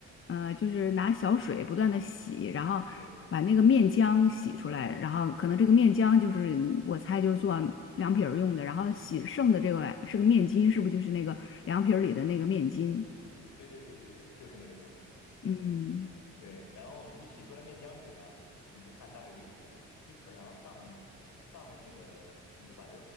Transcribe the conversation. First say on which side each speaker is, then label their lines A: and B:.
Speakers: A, on the left; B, on the left.
A: 呃，就是拿小水不断的洗，然后把那个面浆洗出来，
B: 对啊
A: 然后可能这个面浆就是我猜就是做凉皮儿用的，然后洗剩的这个剩个面筋，是不是就是那个凉皮儿里的那个面筋？
B: 对对对对对，就是那个东西。
A: 嗯，
B: 对，然后我们就洗出来面浆水吧，你就看大概有一盆儿，一盆儿，然后上面上面那个你就把它，